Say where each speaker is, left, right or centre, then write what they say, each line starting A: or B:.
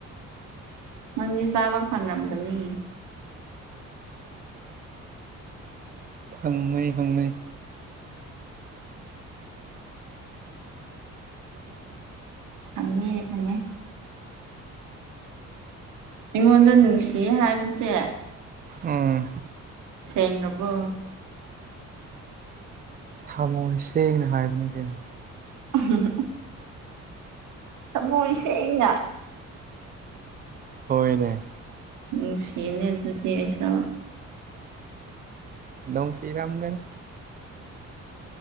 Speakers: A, on the right; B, on the right.
A: ꯅꯪꯗꯤ ꯆꯥꯕ ꯐꯪꯉꯝꯒꯅꯤ
B: ꯐꯪꯕꯅ‌ꯦ ꯐꯪꯕꯅ‌ꯦ
A: ꯐꯪꯉ‌ꯦ ꯐꯪꯉ‍ꯦ ꯑꯩꯉꯣꯟꯗ ꯅꯨꯡꯁꯤꯌ‌ꯦ ꯍꯥꯏꯕꯁꯦ
B: ꯎꯝ
A: ꯁꯦꯡꯅꯕꯣ
B: ꯊꯝꯃꯣꯏ ꯁꯦꯡꯅ ꯍꯥꯏꯕꯅꯤ ꯀꯩꯅꯣ
A: <unintelligible> ꯊꯝꯃ‌ꯣꯏ ꯁꯦꯡꯅ
B: ꯍꯣꯏꯅꯦ
A: ꯅꯨꯡꯁꯤꯌ‌ꯦꯅꯦ ꯑꯗꯨꯗꯤ ꯑꯩꯁꯨ
B: ꯅꯨꯡꯁꯤꯔꯝꯒꯅꯤ